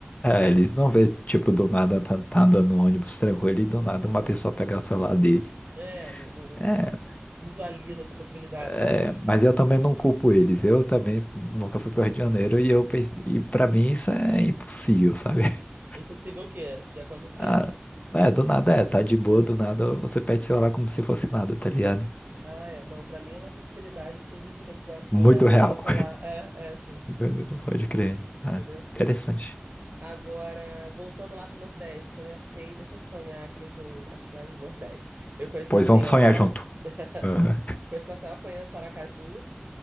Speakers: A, on the left; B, on the right.
A: é, eles não vê, tipo, do nada tá, tá andando no ônibus tranquilo e do nada uma pessoa pegar o celular dele.
B: É, não, não- não-
A: É.
B: não visualiza essa possibilidade,
A: É,
B: né?
A: mas eu também não culpo eles. Eu também nunca fui para o Rio de Janeiro e eu pensei, e para mim isso é impossível, sabe? <laughs>
B: Impossível o quê? De acontecer?
A: Ah, é, do nada é, tá de boa, do nada você pede celular como se fosse nada, tá ligado?
B: Ah, é. Não, para mim é uma possibilidade. Inclusive, tem que cu- cuidar
A: Muito
B: bem
A: real.
B: do meu celular. É, é, sim.
A: <laughs> Pode crer.
B: Entendeu?
A: Ah, interessante.
B: Agora, voltando lá para o Nordeste, né? Porque aí deixa eu sonhar aqui com as praias do Nordeste. Eu conheço
A: Pois
B: Maceió.
A: vamos sonhar junto.
B: <laughs>
A: Aham.
B: Conheço Maceió, conheço Aracaju.